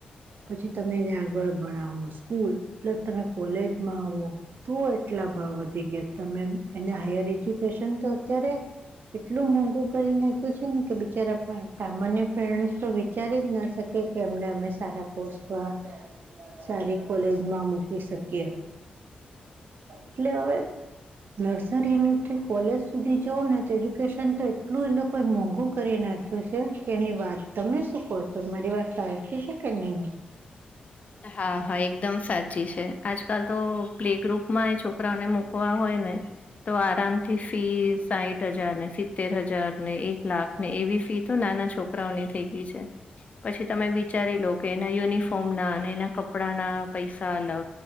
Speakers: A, on the right (about 65°); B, on the left (about 40°).
A: પછી તમે એને આગળ ભણાવો સ્કૂલ પ્લસ તમે કોલેજમાં આવો તું એટલા ભાવ વધી ગયા તમે એને હાયર એજ્યુકેશન તો અત્યારે એટલું મોંઘું કરી નાખ્યું છે ને કે બિચારા સામાન્ય પેરેન્ટ્સ તો વિચારી જ ના શકી કે અમને અમે સારા પોસ્ટમાં સારી કોલેજમાં મૂકી શકીએ એટલે હવે નર્સ એનુંથી કોલેજ સુધી જવ ને તો એજ્યુકેશન તો એટલું એ લોકોએ મોંઘું કરી નાખીયુ શું છે કે એની વાત તમે શું કહો છો મારી વાત સાારી શ કે નહીં
B: હા હા એકદમ સાચી છે આજકાલ તો પ્લે ગ્રુપમાં એ છોકરાઓને મુકવા હોય ને તો આરામથી ફી સાહીઠ હજાર ને સિત્તેર હજાર ને એક લાખને એવી ફી તો નાના છોકરી રા થઈ ગઈ છે પછી તમે વિચારી લો કે એના યુનિફોર્મ ના અને એના કપડા ના પૈસા અલગ